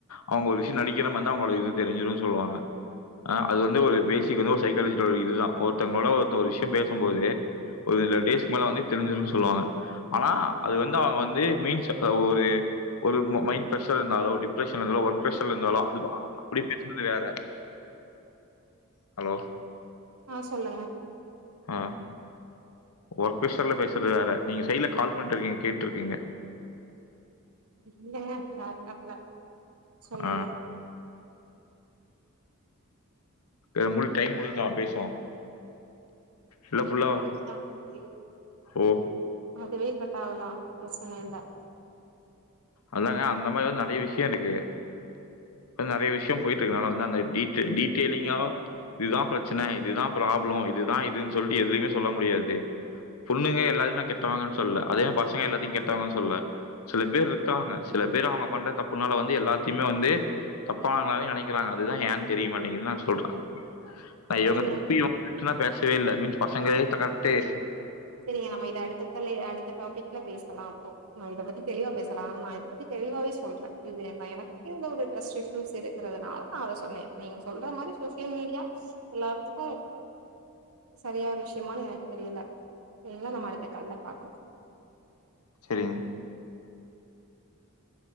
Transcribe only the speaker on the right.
ஆ சொல்லுங்க
இல்ல லேப்டாப்ல சொல்லுங்க
முடிச்சுதாங்க
அதுவே கட் ஆகலா பிரச்சன இல்ல
செரிங்க
செரிங்க நம்ம இத அடுத்த தல அடுத்த டாபிக்ல பேசலா அப்போ நா இதப் பத்தி தெளிவா பேசலா ஆ நா இதப்பத்தி தெளிவாவே சொல்ற இது எனக்கே இது ஒரு டிரஸ்ட் இஸ்யூஸ் இருக்கிறதுனால நா அத சொன்ன நீங்க சொல்ற மாரி சோசியல் மீடியா எல்லார்த்துக்கு சரியான ஒரு விஷயமானு எனக்கு தெரில செரிங்ளா நம்ம அடுத்த கால்ல பாக்கலா